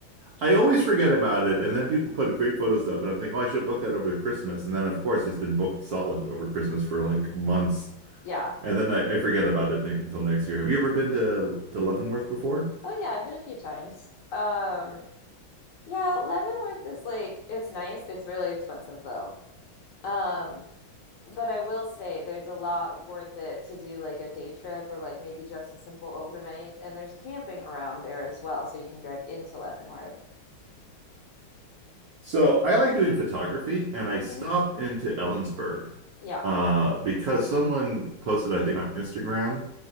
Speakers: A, on the right; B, on the left.
A: I always forget about it, and then people put great photos up, and I'm thinking, oh, I should have booked that over Christmas. And then,
B: <laughs>
A: of course, it's been booked solid over Christmas for like months,
B: Yeah.
A: and then I, I forget about it ne until next year. Have you ever been to to Leavenworth before?
B: Oh yeah, I've been a few times. Um, yeah, Leavenworth is like it's nice. It's really expensive though. Um, but I will say there's a lot worth it to do like a day trip or like maybe just a simple overnight. And there's camping around there as well. So you can drive into Leavenworth.
A: So I like doing photography, and I
B: hmm
A: stopped into Ellensburg
B: Yeah.
A: uh, because someone posted, I think, on Instagram.